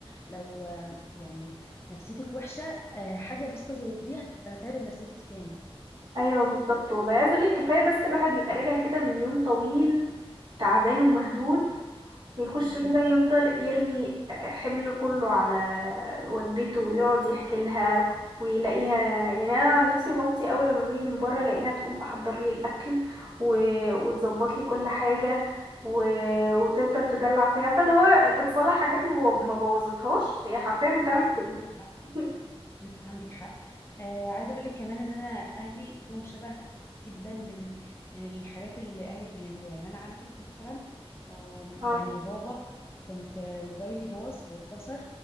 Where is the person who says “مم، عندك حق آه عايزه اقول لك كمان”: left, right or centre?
Left